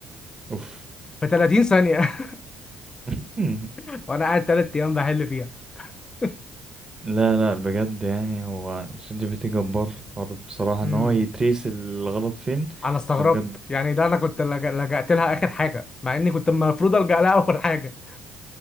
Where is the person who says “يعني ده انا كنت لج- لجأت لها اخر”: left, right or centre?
Left